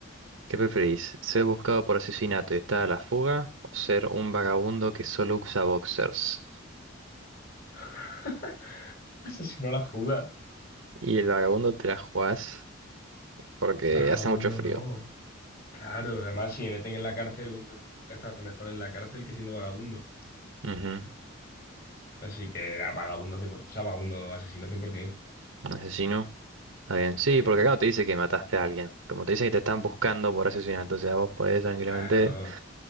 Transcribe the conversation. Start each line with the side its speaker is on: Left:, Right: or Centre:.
Right: ¿Qué preferís? ¿Ser buscado por asesinato y estar a la fuga? ¿O ser un vagabundo que solo usa boxers?
Left: <laughs> Asesinó la fuga.
Right: Y el vagabundo te la jugás porque
Left: Vagabundo
Right: hace mucho frío.
Left: no. Claro, además si me meten en la cárcel, voy a estar mejor en la cárcel que siendo vagabundo.
Right: Ujú,
Left: Así que a vagabundo 100%. O sea, vagabundo asesino 100%.
Right: Un asesino. Está bien. Sí,
Left: Sí,
Right: porque acá no te dice que mataste a alguien. Como te dicen que te están buscando por asesinato. O sea, vos podés tranquilamente
Left: claro.